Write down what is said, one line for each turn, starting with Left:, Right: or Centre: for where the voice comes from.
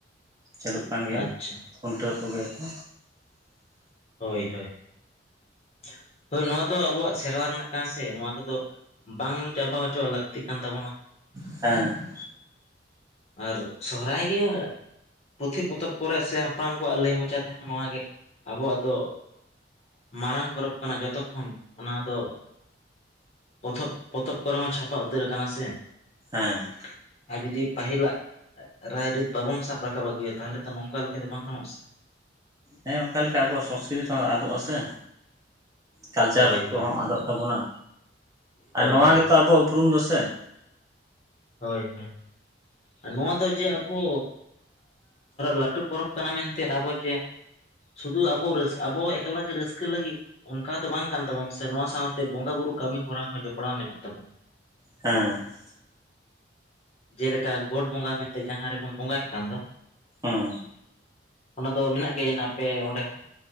Right: ᱪᱟᱹᱞᱩᱜ ᱠᱟᱱ ᱜᱮᱭᱟ
Left: ᱟᱪᱪᱷᱟ
Right: ᱠᱷᱩᱱᱴᱟᱹᱣ ᱠᱚ ᱜᱮᱭᱟ ᱠᱚ
Left: ᱦᱳᱭ ᱦᱳᱭ <inaudible> ᱦᱳᱭ ᱱᱚᱣᱟ ᱫᱚ ᱟᱵᱚᱣᱟᱜ ᱥᱮᱨᱣᱟ ᱨᱮᱱᱟᱜ ᱠᱟᱱᱟ ᱥᱮ ᱱᱚᱣᱟ ᱠᱚᱫᱚ ᱵᱟᱝ ᱪᱟᱵᱟ ᱦᱚᱪᱚᱣᱟᱜ ᱞᱟᱹᱠᱛᱤᱜ ᱠᱟᱱ ᱛᱟᱵᱚᱱᱟ
Right: <unintelligible>
Left: ᱟᱨ ᱥᱚᱦᱚᱨᱟᱭ ᱜᱮ ᱯᱩᱛᱷᱤ ᱯᱚᱛᱚᱵ ᱠᱚᱨᱮ ᱥᱮ ᱦᱟᱯᱲᱟᱢ ᱠᱚᱣᱟᱜ ᱞᱟᱹᱭ ᱢᱚᱪᱟ ᱛᱮᱦᱚᱸ ᱱᱚᱣᱟ ᱜᱮ ᱟᱵᱚᱣᱟᱜ ᱫᱚ ᱢᱟᱨᱟᱝ ᱯᱚᱨᱚᱵᱽ ᱠᱟᱱᱟ ᱡᱚᱛᱚ ᱠᱷᱚᱱ ᱚᱱᱟ ᱫᱚ ᱯᱚᱛᱚᱵ ᱯᱚᱛᱚᱵ ᱠᱚᱨᱮ ᱦᱚᱸ ᱪᱷᱟᱯᱟ ᱩᱛᱟᱹᱨ ᱟᱠᱟᱱᱟ ᱥᱮ
Right: ᱦᱮᱸ
Left: <unintelligible> ᱡᱩᱫᱤ ᱯᱟᱦᱤᱞ ᱟᱜ ᱨᱟᱹᱭ ᱨᱤᱛ ᱵᱟᱵᱚᱱ ᱥᱟᱵ ᱨᱟᱠᱟᱵ ᱟᱹᱜᱩᱭᱟ ᱛᱟᱦᱞᱮ ᱛᱚ ᱱᱚᱝᱠᱟ ᱞᱮᱠᱷᱟᱡ ᱫᱚ ᱵᱟᱝ ᱜᱟᱱᱚᱜ-ᱟ ᱥᱮ
Right: ᱦᱮᱸ ᱚᱝᱠᱟ ᱞᱮᱠᱟ ᱟᱵᱚᱣᱟᱜ ᱥᱚᱥᱠᱨᱤᱛ ᱦᱚᱸ ᱟᱫᱚᱜᱼᱟ ᱥᱮ ᱠᱟᱞᱪᱟᱨ
Left: ᱦᱳᱭ
Right: ᱠᱚᱦᱚᱸ
Left: ᱦᱳᱭ
Right: ᱟᱫᱚᱜ ᱛᱟᱵᱚᱱᱟ
Left: ᱦᱳᱭ
Right: ᱟᱨ ᱱᱚᱣᱟ
Left: ᱦᱳᱭ
Right: ᱜᱮᱛᱚ ᱟᱵᱚᱣᱟᱜ ᱩᱯᱨᱩᱢ ᱫᱚ ᱥᱮ
Left: ᱦᱳᱭ ᱦᱳᱭ ᱱᱚᱣᱟ ᱫᱚ ᱡᱮ ᱟᱵᱚ ᱞᱟᱹᱴᱩ ᱯᱚᱨᱚᱵᱽ ᱠᱟᱱᱟ ᱢᱮᱱ ᱛᱮ ᱟᱵᱚ ᱡᱮ ᱥᱩᱫᱩ ᱟᱵᱚ ᱨᱟᱹᱥᱠᱟᱹ ᱟᱵᱚ ᱮᱠᱞᱟ ᱜᱮ ᱨᱟᱹᱥᱠᱟᱹ ᱞᱟᱹᱜᱤᱫ ᱚᱱᱠᱟ ᱫᱚ ᱵᱟᱝ ᱠᱟᱱ ᱛᱟᱵᱚᱱ ᱥᱮ ᱱᱚᱶᱟ ᱥᱟᱶ ᱛᱮ ᱵᱚᱸᱜᱟ ᱵᱩᱨᱩ ᱠᱟᱹᱢᱤ ᱦᱚᱨᱟ ᱦᱚᱸ ᱡᱚᱯᱲᱟᱣ ᱢᱮᱱᱟᱜ ᱛᱟᱵᱚᱱ
Right: <unintelligible>
Left: ᱡᱮᱞᱮᱠᱟ ᱜᱚᱴ ᱵᱚᱸᱜᱟ ᱢᱮᱱᱛᱮ ᱡᱟᱦᱟᱸ ᱨᱮ ᱵᱚᱱ ᱵᱚᱸᱜᱟᱭ-ᱮᱫ ᱠᱟᱱ ᱫᱚ
Right: ᱦᱮᱸ
Left: ᱚᱱᱟ ᱫᱚ ᱢᱮᱱᱟᱜ ᱜᱮᱭᱟ <unintelligible> ᱟᱯᱮ ᱚᱸᱰᱮ ᱦᱚᱸ